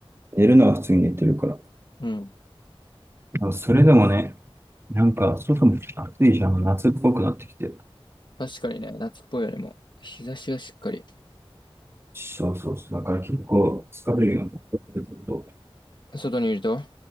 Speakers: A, on the right; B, on the left.
A: 寝るのは普通に寝てるから。
B: うん。
A: あそれでもね、なんか外も暑いじゃん、夏っぽくなってきて。
B: 確かにね、夏っぽいよりも、日差しがしっかり、
A: そうそうそう、だから結構疲れるようになってくると、
B: 外にいると、